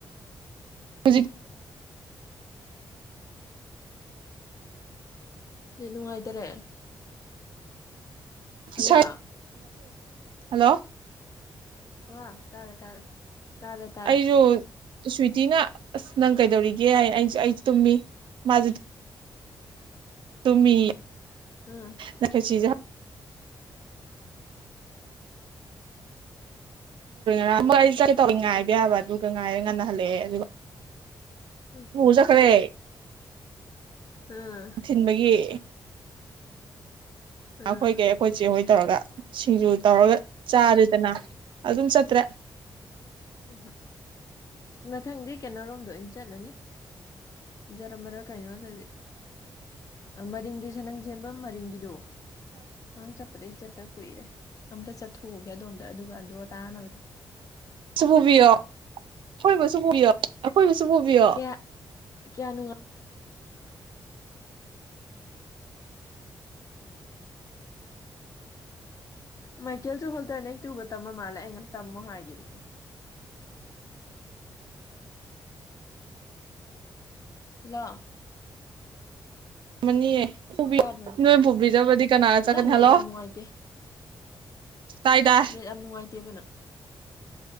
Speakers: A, on the right; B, on the left.
A: ꯍꯧꯖꯤꯛ
B: ꯅ ꯅꯨꯡꯉꯥꯏꯇꯔꯦ
A: ꯃꯆ
B: ꯍꯜꯂꯣ
A: ꯍꯜꯂꯣ
B: ꯍ ꯇꯥꯔꯦ ꯇꯥꯔꯦ ꯇꯥꯔꯦ ꯇꯥꯔꯦ
A: ꯑꯩꯁꯨ ꯁ꯭ꯋꯤꯇꯤꯅ ꯑꯁ ꯅꯪ ꯀꯩꯗꯧꯔꯤꯒꯦ ꯑꯩꯁꯨ ꯑꯩ ꯇꯨꯝꯃꯤ ꯃꯥꯁꯨ ꯇꯨꯝꯃꯤ
B: ꯎꯝ
A: ꯅꯣꯏꯁꯤꯖꯦ ꯍ ꯇꯧ ꯉꯥꯏꯕ
B: ꯑꯥ
A: ꯌꯥꯕ ꯑꯗꯨꯒ ꯉꯥꯏꯔꯒ ꯉꯥꯟꯅꯍꯜꯂꯛꯑꯦ ꯑꯗꯨꯒ
B: ꯑꯥ
A: ꯆꯠꯈ꯭ꯔꯦ
B: ꯑꯝ
A: ꯁꯤꯟꯕꯒꯤ
B: ꯑꯥ
A: ꯑꯈꯣꯏ ꯀꯩ ꯍꯣꯏꯁꯦ ꯍꯣꯏ ꯇꯧꯔꯒ ꯁꯤꯡꯖꯨ ꯇꯧꯔꯒ ꯆꯥꯔꯦꯗꯅ ꯑꯗꯨꯝ ꯆꯠꯇ꯭ꯔꯦ
B: ꯎꯝꯍ ꯃꯊꯪꯗꯤ ꯀꯩꯅꯔꯣꯝꯗ ꯑꯣꯏꯅ ꯆꯠꯂꯅꯤ ꯖꯔꯝꯝꯕꯔ ꯀꯩꯅꯣ ꯑꯗꯨꯗꯤ ꯃꯔꯤꯡꯒꯤ ꯁꯅꯪ ꯁꯦꯝꯕ ꯃꯔꯤꯡꯒꯤꯗꯣ ꯅꯪ ꯆꯠꯄꯗꯒꯤꯩ ꯆꯠꯇ ꯀꯨꯏꯔꯦ ꯑꯝꯇ ꯆꯠꯊꯣꯛꯎꯒꯦ ꯑꯗꯣꯝꯗ ꯑꯗꯨꯒ ꯑꯟꯗ꯭ꯔꯣ ꯇꯥꯅꯕꯗꯣ
A: ꯁ ꯄꯨꯕꯤꯌꯣ ꯑꯩꯈꯣꯏꯕꯁꯨ ꯄꯨꯕꯤꯌꯣ ꯑꯩꯈꯣꯏꯕꯨꯁꯨ ꯄꯨꯕꯤꯌꯣ
B: ꯀꯌꯥ ꯀꯌꯥ ꯅꯨꯡꯉ ꯃꯥꯏꯀꯦꯜꯁꯨ ꯍꯣꯜꯇꯔꯅꯦ ꯍꯦꯛ ꯇꯨꯕ ꯇꯝꯃ ꯃꯥꯜꯂꯦ ꯑꯩꯉꯝ ꯇꯝꯃꯣ ꯍꯥꯏꯈꯤꯕꯅꯦ <inaudible>
A: ꯅꯤꯌꯦꯕꯤ
B: ꯇꯥꯕ꯭ꯔꯣ
A: ꯅꯣꯏ ꯄꯨꯕꯤꯗꯕꯗꯤ ꯀꯅꯥꯒ ꯆꯠꯀꯅꯤ
B: ꯅꯪ ꯅꯦꯠ
A: ꯍꯜꯂꯣ
B: ꯌꯥꯝ ꯅꯨꯡꯉꯥꯏꯇꯦ
A: ꯇꯥꯏ ꯇꯥꯏ
B: ꯅꯦꯠ ꯌꯥꯝ ꯅꯨꯡꯉꯥꯏꯇꯦꯕꯅ